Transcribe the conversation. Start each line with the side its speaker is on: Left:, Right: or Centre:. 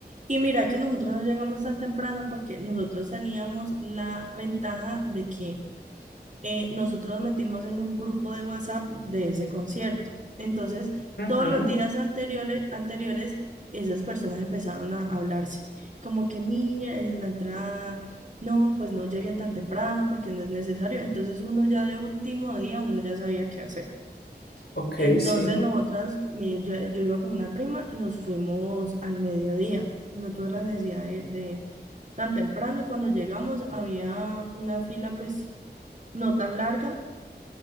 Right: Y mira que nosotros no llegamos tan temprano porque nosotros teníamos la ventaja de que eh, nosotros nos metimos en un grupo de WhatsApp de ese concierto. Entonces,
Left: Ujú.
Right: todos los días anteriores, anteriores esas personas empezaron a hablarse, como que mira, eh, la entrada, no, pues no lleguen tan temprano porque no es necesario. Entonces, uno ya de último día, uno ya sabía qué hacer.
Left: Ok,
Right: Entonces,
Left: sí.
Right: nosotras, mi- yo, yo iba con una prima y nos fuimos al mediodía. No tuve la necesidad de, de tan temprano y cuando llegamos había una fila, pues no tan larga,